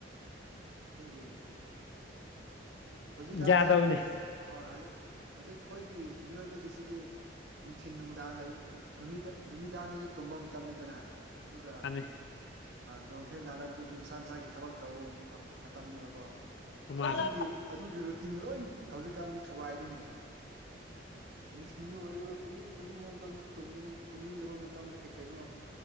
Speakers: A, on the right (about 60°); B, on the left (about 70°).
A: ꯑꯗꯨꯒꯤ ꯍꯧꯖꯤꯛꯀꯥꯟꯁꯤ
B: ꯌꯥꯗꯕꯅꯤ
A: ꯍꯧꯖꯤꯛ ꯍꯧꯖꯤꯛ ꯑꯩꯈꯣꯏꯒꯤ ꯃꯤꯑꯣꯏꯕꯒꯤꯁꯤꯗꯤ ꯅꯨꯡꯊꯤꯟ ꯅꯨꯡꯗꯥꯡ ꯂꯩ ꯅꯨꯃꯤꯗꯥꯡ ꯅꯨꯃꯤꯗꯥꯡꯗꯗꯤ ꯇꯨꯝꯕ ꯃꯇꯝꯅꯤꯗꯅ ꯑꯗꯨꯒ
B: ꯃꯥꯅ‌ꯦ
A: ꯅꯣꯡ ꯍꯦꯛ ꯉꯥꯜꯂꯛꯄꯗꯒꯤ ꯃꯁꯥ ꯃꯁꯥꯒꯤ ꯊꯕꯛ ꯇꯧꯕ ꯃꯇꯝꯅ‌ꯦꯕꯀꯣ
B: ꯃꯥꯅꯤ
A: ꯑꯗꯨꯒꯤ ꯑꯗꯨꯒꯤ ꯔꯨꯇꯤꯟ ꯂꯣꯏ ꯍꯧꯖꯤꯛꯀꯥꯟꯗꯤ ꯊꯨꯒꯥꯏꯔꯤꯅꯦ ꯑꯗꯨ ꯑꯣꯏꯒꯦꯔꯣ ꯇꯨꯝꯅꯤꯡ ꯇꯨꯝꯅꯤꯡꯕ ꯃꯇꯝꯗꯥ ꯇꯨꯝꯒꯅꯤ ꯇꯨꯝꯅꯤꯡꯗꯕ ꯃꯇꯝꯗ ꯀꯩꯀꯩꯅꯣ